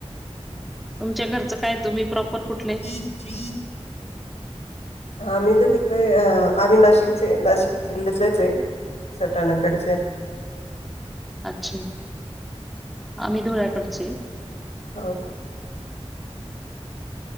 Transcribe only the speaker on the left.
<unintelligible> आम्ही तर तिकडे अह आम्ही नाशिकचे नाशिक <unintelligible> आहे सटाणाकडे
हो का.